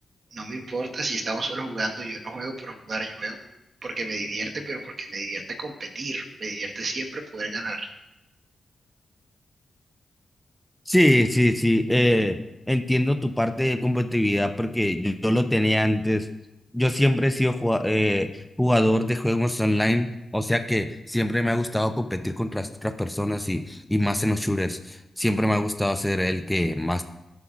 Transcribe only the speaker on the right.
no me importa si estamos solo jugando, yo no juego por jugar, yo juego porque me divierte, pero porque me divierte competir, me divierte siempre poder ganar.